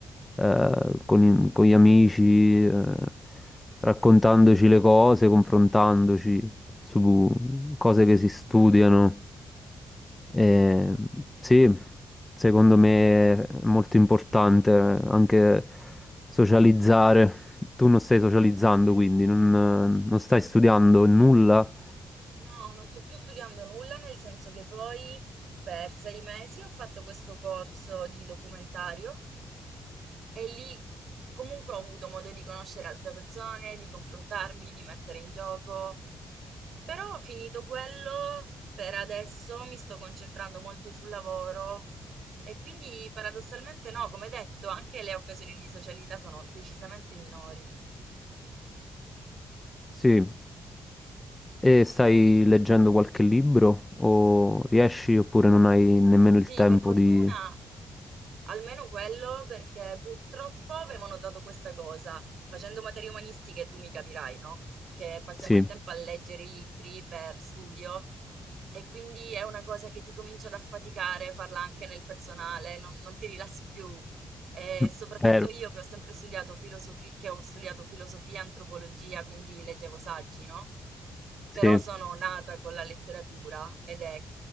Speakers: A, on the left (about 15°); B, on the right (about 70°).
A: eh, con, i- con gli amici, eh, raccontandoci le cose, confrontandoci su cose che si studiano. Eh, sì, secondo me è molto importante anche socializzare. Tu non stai socializzando, quindi non non stai studiando nulla.
B: No, non sto più studiando nulla, nel senso che poi per sei mesi ho fatto questo corso di documentario E lì comunque ho avuto modo di conoscere altre persone, di confrontarmi, di mettere in gioco. Però ho finito quello, per adesso mi sto concentrando molto sul lavoro e quindi paradossalmente no, come detto, anche le occasioni di socialità sono decisamente minori.
A: Sì, e stai leggendo qualche libro o riesci oppure non hai nemmeno
B: Sì,
A: il tempo
B: per fortuna
A: di...
B: Almeno quello perché purtroppo avevo notato questa cosa, facendo materie umanistiche tu mi capirai, no? Che passiamo
A: Sì,
B: il tempo a leggere i libri per studio e quindi è una cosa che ti comincia ad affaticare, farla anche nel personale, non, non ti rilassi più. E
A: mm,
B: soprattutto
A: eh,
B: io che ho sempre studiato filosofia, che ho studiato filosofia e antropologia, quindi leggevo saggi, no? Però
A: sì,
B: sono nata con la letteratura ed è